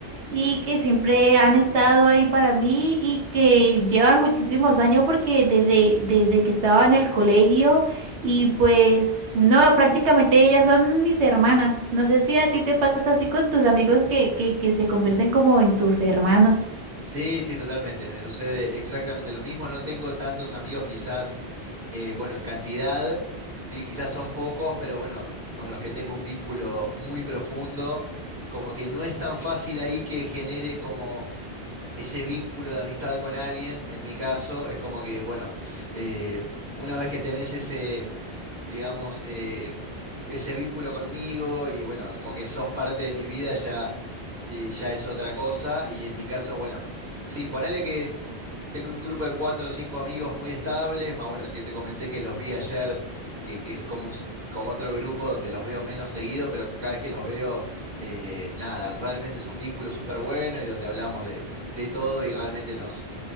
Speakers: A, on the right; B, on the right.
A: y que siempre han estado ahí para mí y que llevan muchísimos años porque desde, desde que estaba en el colegio y pues no, prácticamente ellas son mis hermanas. No sé si a ti te pasa así con tus amigos que, que, que se convierten como en tus hermanos.
B: Sí, sí, totalmente. Me sucede exactamente lo mismo. No tengo tantos amigos quizás, eh, bueno, en cantidad, y quizás son pocos, pero bueno, con los que tengo un vínculo muy profundo, como que no es tan fácil ahí que genere como ese vínculo de amistad con alguien. En mi caso, es como que, bueno, eh, una vez que tenés ese, digamos, eh, ese vínculo conmigo y bueno, como que sos parte de mi vida, y ya es otra cosa. Y en mi caso, bueno, sí, ponele que tengo un grupo de cuatro o cinco amigos muy estables, más bueno, el que te comenté que los vi ayer, que, que es como un, s- como otro grupo donde los veo menos seguido, pero cada vez que los veo, eh, nada, realmente es un vínculo súper bueno y donde hablamos de, de todo y realmente nos,